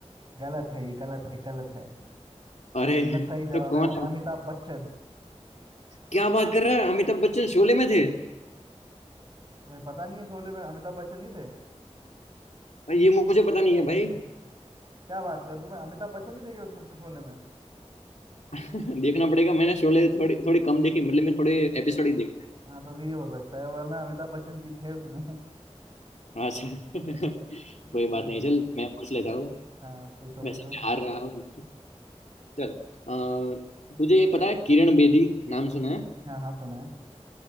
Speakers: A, on the right; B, on the left.
A: गलत है ये गलत है गलत है
B: अरे
A: इसका सही जवाब
B: तो कौन
A: है
B: है
A: अमिताभ बच्चन
B: क्या बात कर रहा है अमिताभ बच्चन शोले में थे
A: तुम्हें पता नहीं है शोले में अमिताभ बच्चन नहीं थे
B: ये मुझे पता नहीं है भाई
A: क्या बात कर तुम्हें अमिताभ बच्चन नहीं देखे उसमें तुम्हें शोले में
B: <laughs> देखना पड़ेगा मैंने शोले थोड़ी थोड़ी कम देखी मतलब मैं
A: हाँ
B: थोड़े एपिसोड ही देखे
A: हाँ, तो भी ये हो सकता है वरना अमिताभ बच्चन जी थे उसमें <laughs>
B: अच्छा <laughs>
A: हम्म,
B: कोई बात नहीं चल मैं पूछ लेता हूँ
A: हाँ पूछो
B: वैसे
A: पूछो
B: मैं हार रहा हूँ चल अ, तुझे ये पता है किरण बेदी नाम सुना है
A: हाँ हाँ सुना है